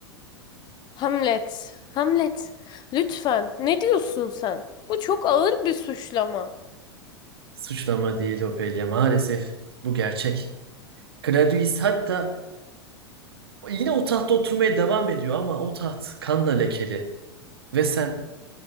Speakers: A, on the left; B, on the right.
A: Hamlet, Hamlet, lütfen ne diyorsun sen? Bu çok ağır bir suçlama.
B: Suçlama değil Ophelia, maalesef bu gerçek. Claudius hatta Yine o tahtta oturmaya devam ediyor ama o taht kanla lekeli. Ve sen,